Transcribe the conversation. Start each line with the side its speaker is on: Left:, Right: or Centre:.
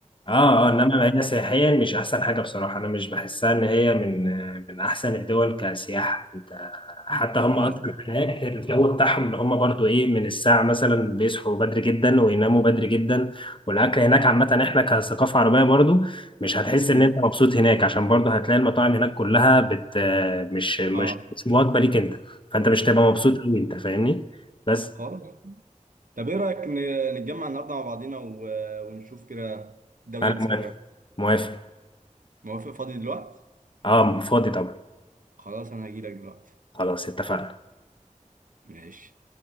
Left: اه
Right: بس
Left: اه انما هي سياحيا مش احسن حاجه بصراحه انا مش بحسها ان هي من من احسن الدول كسياحه انت حتى هم
Right: اه
Left: اصلا هناك الجو بتاعهم ان هم برضو ايه من الساعه مثلا بيصحوا بدري جدا ويناموا بدري جدا والاكل هناك عامه احنا كثقافه عربيه برضو مش هتحس
Right: مم.
Left: ان انت مبسوط هناك عشان برضو هتلاقي المطاعم هناك كلها بت مش مش
Right: اه
Left: مش وجبه ليك انت فانت مش تبقى مبسوط
Right: اه
Left: قوي انت فاهمني بس
Right: خلاص طب ايه رأيك ن- نتجمع النهارده مع بعضينا و- ونشوف كده دولة
Left: انا
Right: نسافرها
Left: موافق موافق
Right: موافق فاضي دلوقتي
Left: اه فاضي طبعا
Right: خلاص انا هجيلك دلوقتي
Left: خلاص اتفقنا
Right: ماشي